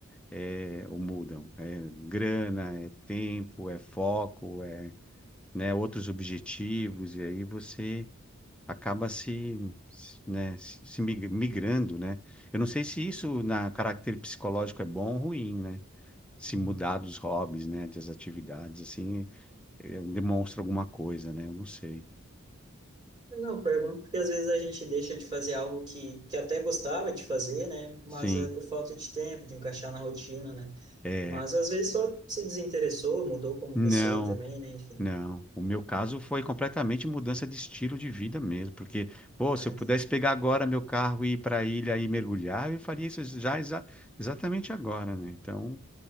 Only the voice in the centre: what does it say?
é, ou mudam. É grana, é tempo, é foco, é, né, outros objetivos, e aí você acaba se, se, né, se se mig- migrando, né? Eu não sei se isso na caráter psicológico é bom ou ruim, né? Se
mudar dos hobbies, né, das atividades, assim, eh, demonstra alguma coisa, né? Eu não sei.
Sim,
é.
Não.
Não, o meu caso foi completamente mudança de estilo de vida mesmo, porque, pô,
se eu
pudesse pegar agora meu carro e ir para a ilha e mergulhar, eu faria isso já exa- exatamente agora, né? Então,